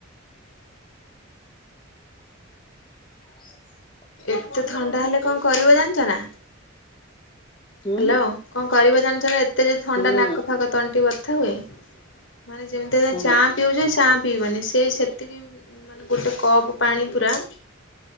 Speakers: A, on the left (about 25°); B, on the left (about 65°).
A: <inaudible>
B: ଏତେ ଥଣ୍ଡା ହେଲେ କଣ କରିବ ଜାଣିଛ ନା
A: ହୁଁ
B: ହ୍ୟାଲୋ କଣ କରିବ ଜାଣିଛ ନା ଏତେ ଯଦି ଥଣ୍ଡା
A: ହୁଁ
B: ନାକ ଫାକ ତଣ୍ଟି ବ କଥା ହଏ ମାନ ଯେମିତି
A: ହଁ
B: ଚା ପିଉଛ ଚା ପିଇବନି ସେ ସେତିକି ମାନେ ଗୋଟେ କପ୍ ପାଣି ପୁରା